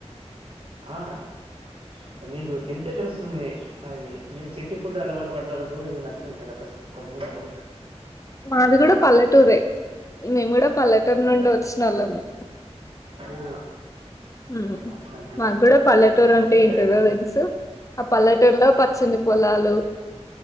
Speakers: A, on the right; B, on the left.
A: ఆ అంటే మీకు తింటే తెలుస్తుంది అవి. మీరు సిటీ ఫుడ్ అలవాటు పడ్డోలకు ఇవి నచ్చవు కదా ప్ర ప్రజెంటు.
B: మాది కూడా పల్లెటూరే. మేము కూడా పల్లెటూరు నుండి వచ్చినోళ్ళమే.
A: ఓ
B: హ్
A: అట్లనా
B: మాకు కూడా పల్లెటూరు అంటే ఏంటిదొ
A: కానీ
B: తెలుసు. ఆ పల్లెటూరులో పచ్చనీ పొలాలు